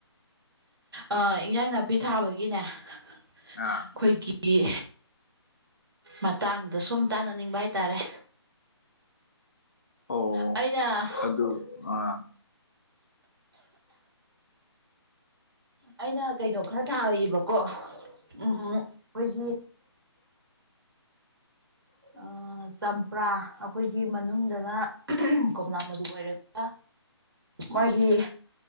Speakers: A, on the right; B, on the left.
A: ꯑ ꯏꯟꯖꯥꯡ ꯅꯥꯄꯤ ꯊꯥꯕꯒꯤꯅꯦ ꯑꯩꯈꯣꯏꯒꯤ
B: ꯑꯥ
A: ꯃꯇꯥꯡꯗ ꯁꯨꯝ ꯇꯥꯟꯅꯅꯤꯡꯕ ꯍꯥꯏꯇꯥꯔꯦ
B: ꯑꯣ
A: ꯑꯩꯅ
B: ꯑꯗꯨ ꯑꯥ
A: ꯑꯩꯅ ꯀꯩꯅꯣ ꯈꯔ ꯊꯥꯔꯤꯕꯀꯣ ꯎꯝ ꯎꯝ ꯑꯩꯈꯣꯏꯒꯤ ꯑ ꯆꯝꯄ꯭ꯔꯥ ꯑꯩꯈꯣꯏꯒꯤ ꯃꯅꯨꯡꯗꯅ ꯀꯣꯝꯂꯥ ꯃꯆꯨ ꯑꯣꯏꯔꯒ ꯃꯣꯏꯒꯤ